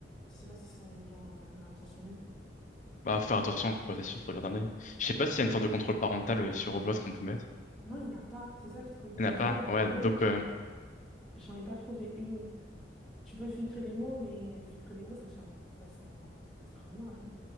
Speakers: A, in the centre; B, on the left (about 40°).
A: Je sais pas si ce sont des gens euh, mal intentionnés.
B: Bah, faut faire attention, quoi, c'est sûr, faut garder un œil. Je sais pas s'il y a une sorte de contrôle parental euh, sur Roblox qu'on peut mettre.
A: Non, il y en a pas. C'est ça le truc. J'ai
B: Il n'y en a
A: dû
B: pas,
A: regarder.
B: ouais, donc euh,
A: J'en ai pas trouvé une. Tu peux filtrer des mots, mais filtrer des mots, ça sert, ça sent, ça sert vraiment à rien.